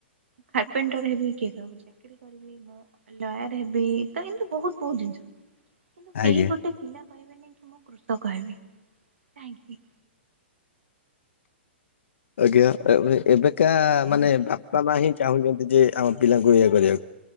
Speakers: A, on the right (about 85°); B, on the left (about 80°).
A: ଖାପେଣ୍ଟର ହେବି କିଏ କହିବ ମୁଁ ଚାକିରୀ କରିବି ମୁଁ ଲୟର ହେବି। ତ ଏମତି ବହୁତ ବହୁତ ଜିନିଷ କିନ୍ତୁ
B: ଆଜ୍ଞା
A: କେହି ଗୋଟେ ପିଲା କହିବେ ନାହିଁ କି ମୁଁ କୃଷକ ହେବି କାହିଁକି।
B: ଆଜ୍ଞା ଏବେ ଏବେକା ମାନେ ବାପା ମା ହିଁ ଚାହୁଁଛନ୍ତି ଯେ ଆମ ପିଲାଙ୍କୁ ଇଏ କରିବାକୁ।